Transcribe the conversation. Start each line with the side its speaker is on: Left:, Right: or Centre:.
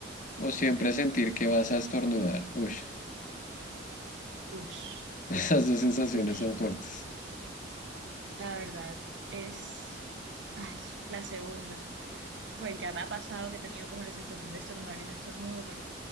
Left: O siempre sentir que vas a estornudar. Uy,
Right: Ush,
Left: <laughs> esas dos sensaciones
Right: ush.
Left: son fuertes. <laughs>
Right: La verdad es, ay, la segunda. Pues ya me ha pasado que he tenido como la sensación de estornudar y no estornudo, pero